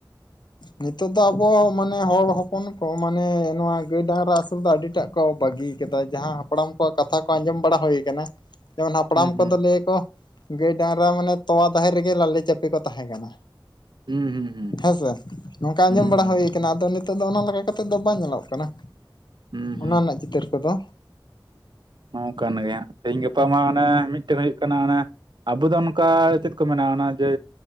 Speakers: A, on the left; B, on the right.
A: ᱱᱤᱛᱚᱜ ᱫᱚ ᱟᱵᱚ ᱢᱟᱱᱮ ᱦᱚᱲ ᱦᱚᱯᱚᱱ ᱠᱚ ᱢᱟᱱᱮ ᱱᱚᱣᱟ ᱜᱟᱹᱭ ᱰᱟᱝᱨᱟ ᱟᱹᱥᱩᱞ ᱫᱚ ᱟᱹᱰᱤᱴᱟᱜ ᱠᱚ ᱵᱟᱹᱜᱤᱭ ᱟᱠᱟᱫᱟ ᱡᱟᱦᱟᱸ ᱦᱟᱯᱲᱟᱢ ᱠᱚᱣᱟᱜ ᱠᱟᱛᱷᱟ ᱠᱚ ᱟᱸᱡᱚᱢ ᱵᱟᱲᱟ ᱦᱩᱭ ᱟᱠᱟᱱᱟ ᱾ ᱡᱮᱢᱚᱱ ᱦᱟᱯᱲᱟᱢ
B: ᱦᱩᱸ
A: ᱠᱚᱫᱚ ᱞᱟᱹᱭᱟ ᱟᱠᱚ᱾ ᱜᱟᱹᱭ ᱰᱟᱝᱨᱟ ᱢᱟᱱᱮ ᱛᱚᱣᱟ ᱫᱟᱦᱮ ᱨᱮᱜᱮ ᱞᱟᱹᱞᱮ ᱪᱟᱯᱤ ᱠᱚ ᱛᱟᱦᱮᱸ ᱠᱟᱱᱟ᱾
B: ᱦᱩᱸ ᱦᱩᱸ ᱦᱩᱸ
A: ᱦᱮᱸ ᱥᱮᱮ ᱱᱚᱝᱠᱟ ᱟᱸᱡᱚᱢ
B: ᱦᱩᱸ
A: ᱵᱟᱲᱟ
B: ᱦᱩᱸ ᱦᱩᱸ
A: ᱦᱩᱭ ᱠᱟᱱᱟ᱾ᱟᱫᱚ ᱱᱤᱛᱚᱜ ᱫᱚ ᱚᱱᱟ ᱞᱮᱠᱟ ᱠᱟᱛᱮᱜ ᱫᱚ ᱵᱟᱭ ᱧᱮᱞᱚᱜ ᱠᱟᱱᱟ᱾
B: ᱦᱩᱸ ᱦᱩᱸ
A: ᱚᱱᱟ ᱨᱮᱱᱟᱜ ᱪᱤᱛᱟᱹᱨ ᱠᱚᱫᱚ᱾
B: ᱱᱚᱠᱟᱱ ᱜᱮ ᱛᱮᱦᱤᱧ ᱜᱟᱯᱟ ᱢᱟ ᱚᱱᱮ ᱢᱤᱫᱴᱮᱱ ᱦᱩᱭᱩᱜ ᱠᱟᱱᱟ ᱚᱱᱮ ᱟᱵᱚ ᱫᱚ ᱚᱝᱠᱟ ᱪᱮᱫ ᱢᱮᱱᱟ ᱡᱮ